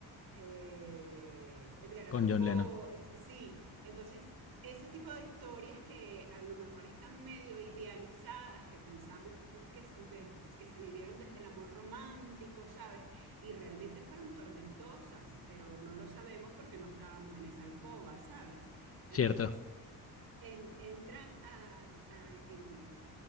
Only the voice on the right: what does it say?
eh, Edgar Allan
Poe,
sí, entonces ese tipo de historias que a lo mejor están medio idealizadas, que pensamos que, de, que, se vivieron desde el amor romántico, ¿sabes? Y realmente fueron tormentosas, pero no lo sabemos porque no estábamos en esa alcoba, ¿sabes? Entonces,
en, entran a, a, en,